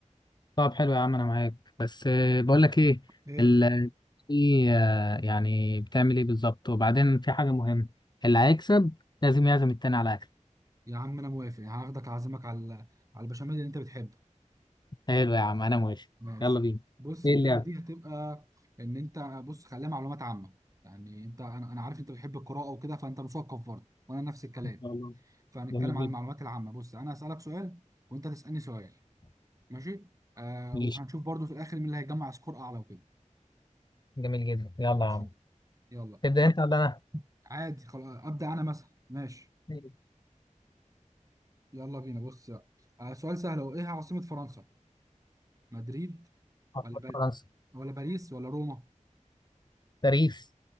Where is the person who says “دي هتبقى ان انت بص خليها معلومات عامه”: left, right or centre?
Right